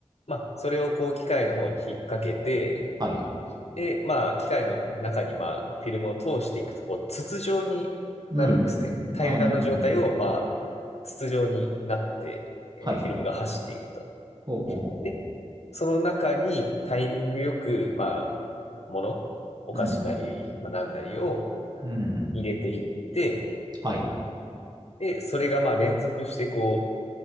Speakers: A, on the left (about 70°); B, on the right (about 40°).
A: まあ、それをこう機械の方に引っ掛けて、
B: はい。
A: で、まあ、機械の中にまあ、フィルムを通していくと、こう、筒状になるんですね。
B: うんうんうん。
A: 平らの状態をまあ、
B: ああ、なるほどね。
A: 筒状になって、えーフィルムが走っていくと。
B: はい。ほうほうほうほ
A: で、その中にタイミングよく、まあ、もの、お菓子なり、
B: う。うん。
A: まあ、なんなりを
B: うん。
A: 入れていって、
B: はい。
A: で、それがまあ連続してこ